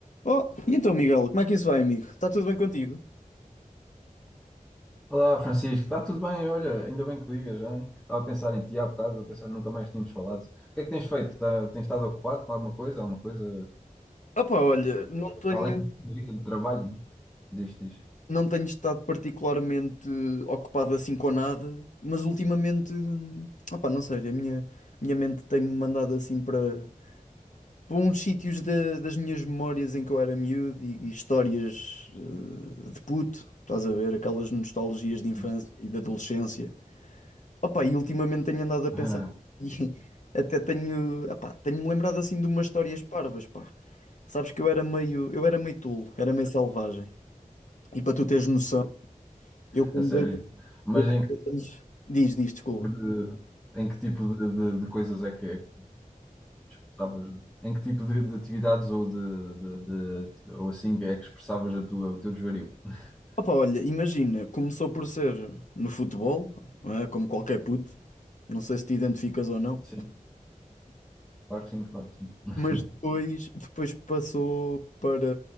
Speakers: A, on the left (about 60°); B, in the centre.
A: Oh, e então, Miguel, como é que isso vai, amigo? Está tudo bem contigo?
B: Olá, Francisco, está tudo bem? Olha, ainda bem que ligas, já. Estava a pensar em ti há bocado, a pensar nunca mais tínhamos falado. O que é que tens feito? Tá- tens estado ocupado com alguma coisa? Alguma coisa
A: Opa, olha,
B: eh,
A: não tenho,
B: para além da tua vida de trabalho? Diz, diz.
A: não tenho estado particularmente eh, ocupado assim com nada, mas ultimamente, opa, não sei, a minha, minha mente tem-me mandado assim para, para uns sítios da- das minhas memórias em que eu era miúdo e, e histórias eh, de puto, estás a ver, aquelas nostalgias de infância
B: Sim.
A: e de adolescência. Opa, e ultimamente tenho andado a pensar
B: <laughs>
A: e <laughs> até tenho, epá, tenho-me lembrado assim de umas histórias parvas, pá. Sabes que eu era meio, eu era meio tolo, era meio selvagem. E para tu teres noção, eu com
B: A sério.
A: dois,
B: Mas
A: eu com
B: em que
A: dois
B: tipo
A: anos... Diz, diz, desculpa.
B: de, em que tipo de, de- de coisas é que é que expressavas? Em que tipo de, de atividades ou de, de- de- ou assim é que expressavas a tua, o teu desvario? <laughs>
A: Opa, olha, imagina, começou por ser no futebol, não é? Como qualquer puto, não sei se te identificas ou não.
B: Sim. Claro que sim, claro que sim. <laughs>
A: Mas depois, depois passou para,